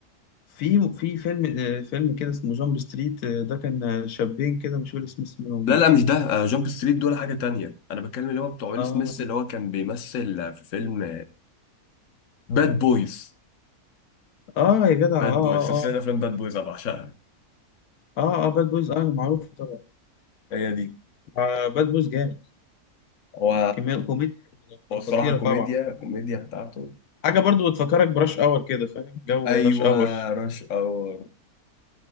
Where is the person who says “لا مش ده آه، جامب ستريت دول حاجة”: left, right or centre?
Left